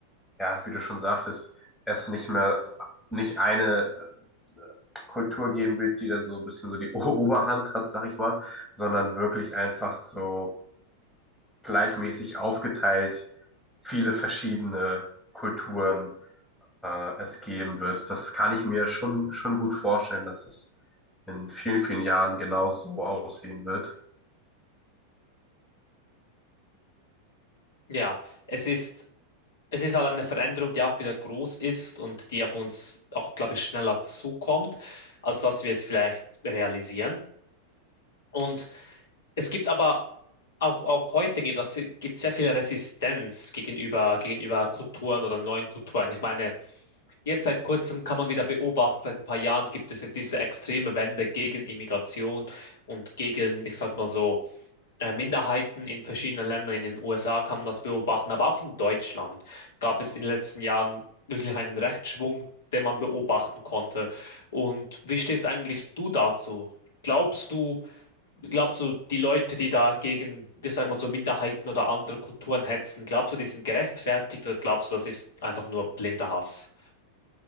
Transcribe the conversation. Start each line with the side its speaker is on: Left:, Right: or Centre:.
Centre: ja, wie du schon sagtest, es nicht mehr, nicht eine äh, Kultur geben wird, die da so ein bisschen so die <laughs> O- Oberhand hat, sag ich mal, sondern wirklich einfach so gleichmäßig aufgeteilt viele verschiedene Kulturen äh, es geben wird. Das kann ich mir schon, schon gut vorstellen, dass es in vielen, vielen Jahren genau so aussehen wird.
Left: Ja, es ist, es ist halt eine Veränderung, die auch wieder groß ist und die auf uns auch, glaube ich, schneller zukommt, als dass wir es vielleicht realisieren. Und es gibt aber auch, auch heute gibt es gibt sehr viel Resistenz gegenüber, gegenüber Kulturen oder neuen Kulturen. Ich meine, jetzt seit kurzem kann man wieder beobachten, seit ein paar Jahren gibt es jetzt diese extreme Wende gegen Immigration und gegen, ich sag mal so, äh, Minderheiten in verschiedenen Ländern. In den USA kann man das beobachten, aber auch in Deutschland gab es in den letzten Jahren wirklich einen Rechtsschwung, den man beobachten konnte. Und wie stehst eigentlich du dazu? Glaubst du, Glaubst du, die Leute, die da gegen, ich sag mal so, Minderheiten oder andere Kulturen hetzen, glaubst du, die sind gerechtfertigt oder glaubst du, das ist einfach nur blinder Hass?